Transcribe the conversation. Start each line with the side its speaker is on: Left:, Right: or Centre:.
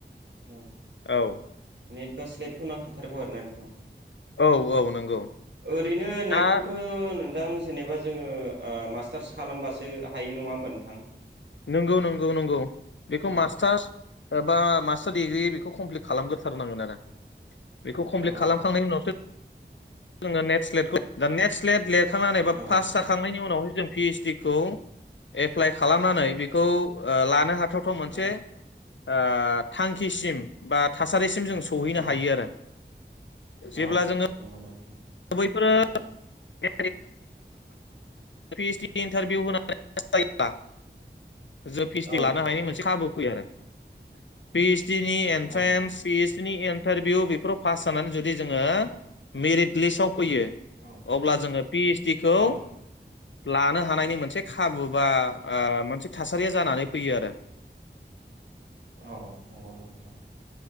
Right: औ
Left: औ
Right: नेतबा स्लेटखौ नांखाथारगौ आरो ना नोंथां?
Left: औ औ नंगौ।
Right: ओरैनो नेटखौथ'
Left: दा
Right: नोंथां जेनेबा जोङो ओ मास्टार्स खालामबासो हायो नङा होमबा नोंथां?
Left: नोंगौ नोंगौ नोंगौ बेखौ
Right: औ
Left: मास्टार्स एबा मास्टार डिग्रि बेखौ कमप्लिट खालामग्रोथारनांगोन आरो बेखौ कमप्लिट
Right: औ
Left: खालामखांनायनि
Right: औ
Left: उनावसो जोङो नेट स्लेटखौ दा नेट स्लेट लिरखांनानै बा
Right: औ
Left: पास जाखांनायनि उनावहाय जों पि एस डि खौ एप्लाइ खालामनानै बेखौ ओ लानो हा थावथाव मोनसे
Right: औ औ
Left: आ थांखिसिम बा थासारिसिम जों सहैनो
Right: औ
Left: हायो आरो।
Right: औ
Left: जेब्ला जोङो
Right: नंगौ नोंथां
Left: बैफोरो <inaudible> पि एस डि इन्टारभिव होनानै पास जायोबा जों पि एस
Right: औ
Left: डि लानो हानायनि मोनसे खाबु फैयो आरो पि एस डि नि एन्ट्रेन्स
Right: औ
Left: फिस नि इनतारभिउ बेफोराव पास जानानै जुदि जोंङो मेरित लिस्त आव फैयो
Right: औ
Left: अब्ला जोङो पि एस डि खौ
Right: औ
Left: लानो हानायनि मोनसे खाबु बा ओ मोनसे थासारिया जानानै फैयो आरो।
Right: औ नंगौ नोंथां।